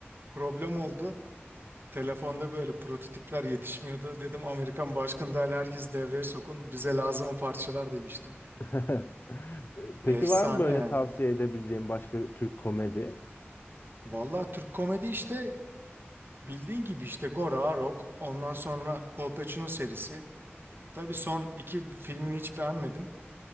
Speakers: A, on the right; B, on the left.
A: problem oldu. Telefonda böyle prototipler yetişmiyordu. Dedim Amerikan başkanı dahil herkes devreye sokun bize lazım o parçalar demiştim.
B: <laughs> Peki
A: Efsane
B: var mı böyle
A: ya.
B: tavsiye edebileceğim başka Türk komedi?
A: Valla Türk komedi işte bildiğin gibi işte Gora, Rock ondan sonra Kolpaçino serisi. Tabii son iki filmini hiç beğenmedim.